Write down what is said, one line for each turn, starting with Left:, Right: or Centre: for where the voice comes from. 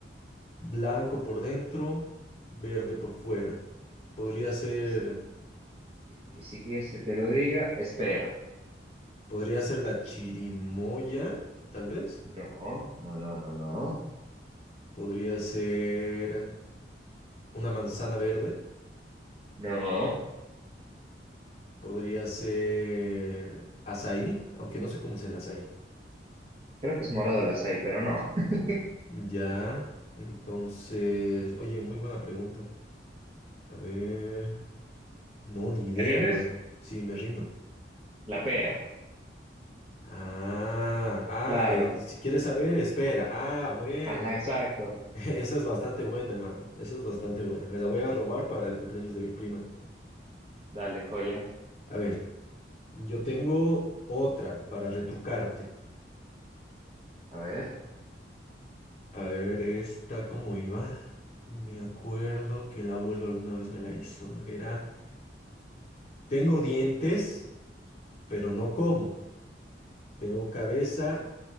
Left: Blanco por dentro, verde por fuera. Podría ser...
Right: Y si, y si quieres que te lo diga, espera.
Left: Podría ser la chirimoya, tal vez.
Right: No, no, no, no, no.
Left: Podría ser una manzana verde.
Right: No,
Left: Podría ser azaí, aunque no sé cómo es el azaí.
Right: creo que es morado la seis, pero no. <laughs>
Left: Ya, entonces, oye, muy buena pregunta. A ver, no, ni idea,
Right: ¿Te rindes?
Left: hermano. Sí, me rindo.
Right: La pera.
Left: Ah, ah,
Right: Claro.
Left: eh, si quieres saber, espera. Ah, bueno.
Right: Ajá, exacto.
Left: <laughs> Esa es bastante buena, hermano. Esa es bastante buena. Me la voy a robar para el cumpleaños de mi prima.
Right: Dale, joya.
Left: A ver. Yo tengo otra para retrucarte.
Right: A ver,
Left: A ver, esta cómo iba. Me acuerdo que el abuelo alguna vez me la hizo. Era, tengo dientes, pero no como. Tengo cabeza